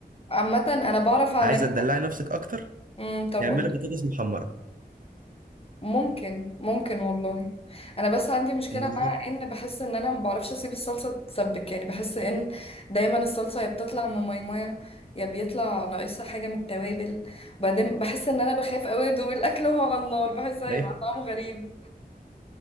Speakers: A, on the left; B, on the right.
A: عامة أنا بعرف أعملها
B: عايزه تدلعي نفسك اكتر
A: مم، طب
B: اعملي
A: قول
B: بطاطس محمره
A: ممكن ممكن والله أنا بس عندي مشكلة
B: بالظبط
A: مع إن بحس إن أنا ما بعرفش أسيب الصلصة تتسبك يعني بحس إن دايما الصلصة يا بتطلع من ميمية يا بيطلع ناقصها حاجة من التوابل وبعدين بحس إن أنا بخاف أوي أدوق الأكل وهو على النار بحس هيبقى
B: ايوه
A: طعمه غريب